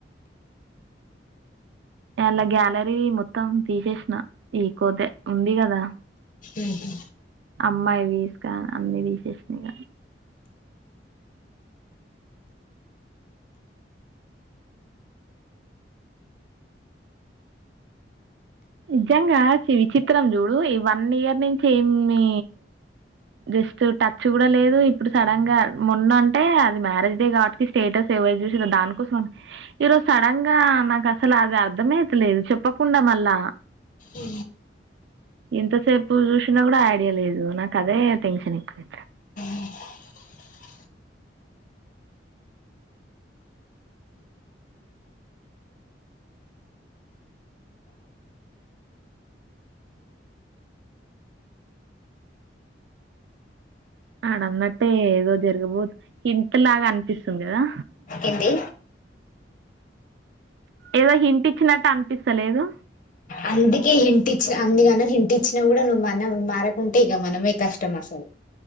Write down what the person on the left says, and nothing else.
ఉహు
ఉ
<inaudible>
ఏంది
అందుకే హింటిచ్చిన అన్నిగనము హింటి ఇచ్చినా కూడా నువ్వు మనం మారకుంటే ఇక మనమే కష్టం అసలు